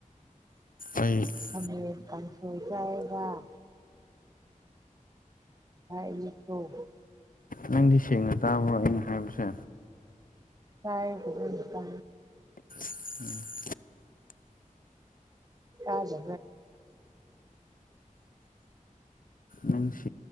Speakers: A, on the left (about 75°); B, on the right (about 25°).
A: ꯑꯩꯣꯏ <unintelligible> <inaudible>
B: ꯑꯃ ꯄ ꯁꯣ ꯆꯦꯒ <inaudible> ꯍꯥꯏ ꯌꯦꯠꯇꯣ <inaudible> <unintelligible>
A: ꯅꯪꯗꯤ ꯁꯦꯡꯅ ꯇꯥꯕ꯭ꯔꯣ ꯑꯩꯅ ꯍꯥꯏꯕꯁꯦ
B: ꯀꯥꯏ ꯈꯠꯇ
A: ꯎꯝ
B: ꯌꯥꯥꯖ
A: ꯎ